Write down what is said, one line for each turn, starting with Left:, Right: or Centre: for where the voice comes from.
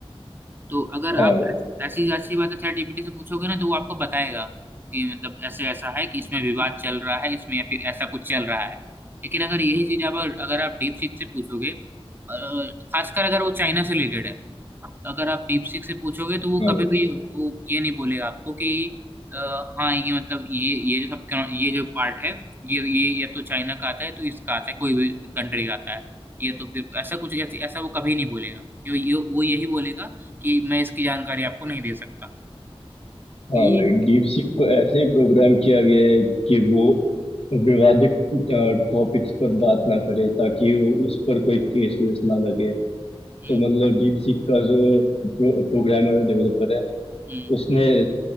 Right: तो अगर
Left: हाँ
Right: आप
Left: भाई
Right: ऐसी ऐसी बातें चैट जीपीटी से पूछोगे ना तो वो आपको बताएगा कि मतलब ऐसे ऐसा है कि इसमें विवाद चल रहा है इसमें या फिर ऐसा कुछ चल रहा है लेकिन अगर यही चीज आप अगर आप डीप सीक से पूछोगे अ, खासकर अगर वो चाइना से रिलेटेड है अगर आप डीप सीक से पूछोगे तो वो
Left: हाँ
Right: कभी
Left: भाई
Right: भी वो ये नहीं बोलेगा आपको कि अ, हाँ ये मतलब ये ये जो सब ये जो पार्ट है ये ये या तो चाइना का आता है तो इसका आता है कोई भी कंट्री का आता है ये तो फिर ऐसा कुछ ऐसी ऐसा वो कभी नहीं बोलेगा यो, यो, वो यही बोलेगा कि मैं इसकी जानकारी आपको नहीं दे सकता
Left: हाँ
Right: ये
Left: भाई डीप सीक को ऐसे ही प्रोग्राम किया गया है कि वो विवादित टॉपिक्स पर बात ना करे ताकि वो उस पर कोई केस वेस ना लगे
Right: हम्म
Left: तो मतलब डीप सीक का जो प्रो, प्रोग्रामर डेवलपर है
Right: हम्म
Left: उसने